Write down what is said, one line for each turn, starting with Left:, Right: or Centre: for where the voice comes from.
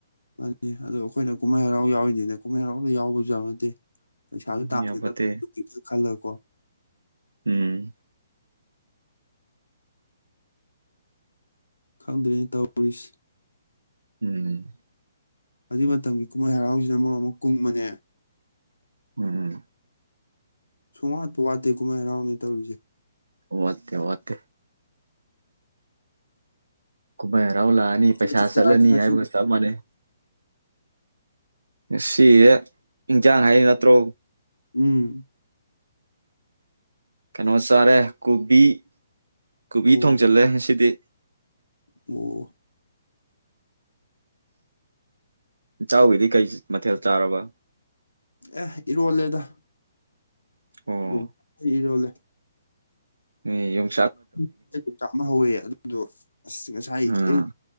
Left: ꯃꯅꯤ ꯑꯗꯣ ꯑꯩꯈꯣꯏꯅ ꯀꯨꯝꯍꯩ ꯍꯔꯥꯎ ꯌꯥꯎꯔꯤꯅꯦꯅ ꯀꯨꯝꯍꯩ ꯍꯔꯥꯎꯗ ꯌꯥꯎꯕꯁꯨ ꯌꯥꯕ ꯅꯠꯇꯦ ꯄꯩꯁꯥꯁꯨ ꯇꯥꯒꯗꯕꯅꯤ
Right: ꯌꯥꯄꯣꯠꯇꯦ
Left: <inaudible> ꯈꯜꯂꯒꯀꯣ
Right: ꯎꯝ
Left: ꯈꯪꯗ꯭ꯔꯦꯅꯦ ꯇꯧꯔꯤꯁꯤ
Right: ꯎꯝ
Left: ꯍꯧꯖꯤꯛ ꯃꯇꯝꯒꯤ ꯀꯨꯝꯍꯩ ꯍꯔꯥꯎꯁꯤꯅ ꯃꯔꯣꯟ ꯑꯃ ꯀꯨꯡꯕꯅꯦ
Right: ꯎꯝ
Left: ꯁꯨꯡꯋꯥꯠꯄꯨ ꯋꯥꯠꯇꯦ ꯀꯨꯍꯩ ꯍꯔꯥꯎꯅꯦ ꯇꯩꯔꯤꯖꯦ
Right: ꯋꯥꯠꯇꯦ ꯆꯥꯠꯇꯦ ꯈꯣꯃꯩ ꯍꯔꯥꯎ ꯂꯥꯛꯑꯅꯤ
Left: ꯀꯔꯤ
Right: ꯄꯩꯁꯥ
Left: ꯃꯊꯦꯜ
Right: ꯆꯠꯂꯅꯤ
Left: ꯆꯥꯔꯒꯦ ꯉꯁꯤꯗꯤ
Right: ꯍꯥꯏꯕꯒ ꯆꯞ ꯃꯥꯟꯅꯩ ꯉꯁꯤꯁꯦ ꯏꯟꯁꯥꯡ ꯍꯥꯏꯔꯤ ꯅꯠꯇ꯭ꯔꯣ
Left: ꯎꯝ
Right: ꯀꯩꯅꯣ ꯆꯥꯔꯦ ꯀꯨꯕꯤ ꯀꯨꯕꯤ
Left: ꯑꯣ
Right: ꯊꯣꯡꯖꯤꯜꯂꯦ ꯉꯁꯤꯗꯤ
Left: ꯑꯣ
Right: ꯏꯇꯥꯎꯒꯤꯗꯤ ꯀꯩ ꯃꯊꯦꯜ ꯆꯥꯔꯕ
Left: ꯑꯦ ꯏꯔꯣꯜꯂꯦꯗ
Right: ꯑꯣ
Left: ꯌꯣꯡ ꯏꯔꯣꯜꯂꯦ
Right: ꯑꯦ ꯌꯣ
Left: ꯌꯨꯝꯗ ꯌꯣꯡꯆꯥꯛ ꯑꯃ ꯍꯧꯋ ꯑꯗꯨꯗꯣ ꯉꯁꯥꯏ
Right: ꯑꯥ
Left: ꯑꯌꯨꯛ